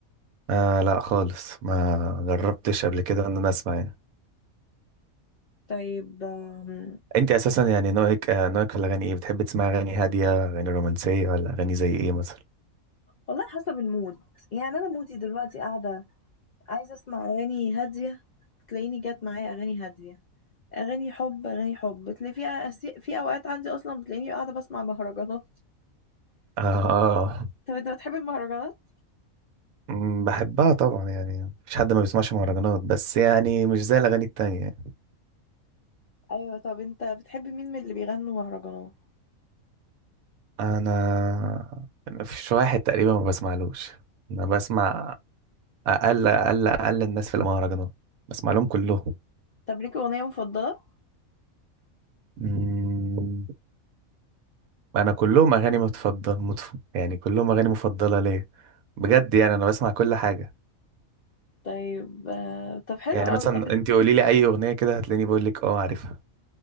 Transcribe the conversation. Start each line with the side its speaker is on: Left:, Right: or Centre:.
Right: آه لا خالص ما جربتش قبل كده ان انا اسمع يعني
Left: طيب آم،
Right: انت اساسا يعني نوعك آه نوعك في الاغاني ايه بتحب تسمع اغاني هاديه اغاني رومانسيه ولا اغاني زي ايه مثلا
Left: والله حسب المود يعني انا مودي دلوقتي قاعده عايزه اسمع اغاني هاديه تلاقيني جت معايا اغاني هاديه اغاني حب اغاني حب بتلاقي فيها أسي... في اوقات عندي اصلا بتلاقيني قاعده بسمع مهرجانات
Right: اه آه.
Left: <laughs> طب انت بتحب المهرجانات
Right: أمم، بحبها طبعا يعني مفيش حد ما بيسمعش مهرجانات بس يعني مش زي الاغاني التانية
Left: ايوه طب انت بتحب مين من اللي بيغنوا مهرجانات
Right: انا مفيش واحد تقريبا ما بسمعلوش انا بسمع اقل اقل اقل الناس في المهرجانات بسمع لهم كلهم
Left: طب ليك اغنيه مفضله
Right: مم. انا كلهم اغاني متفضل متف... يعني كلهم اغاني مفضله ليا بجد يعني انا بسمع كل حاجه
Left: طيب آه، طب حلو
Right: يعني
Left: قوي
Right: مثلا
Left: طب
Right: انت قولي لي اي اغنيه كده هتلاقيني بقول لك اه عارفها